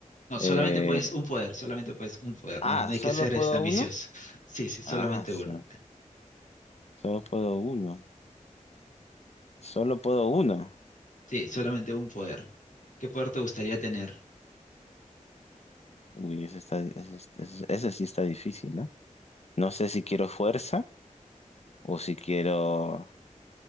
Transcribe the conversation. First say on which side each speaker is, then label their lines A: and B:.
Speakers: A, on the left; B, on the left.
A: No, solamente
B: eh,
A: puedes un poder, solamente puedes un poder,
B: ah,
A: no, no hay
B: ¿solo
A: que ser
B: puedo
A: este ambicioso.
B: uno?
A: <laughs> Sí, sí, solamente
B: Ah, so-
A: uno.
B: solo puedo uno. Solo puedo uno.
A: Sí, solamente un poder. ¿Qué poder te gustaría tener?
B: Uy, ese, está, ese, ese- ese sí está difícil, ¿no? No sé si quiero fuerza o si quiero,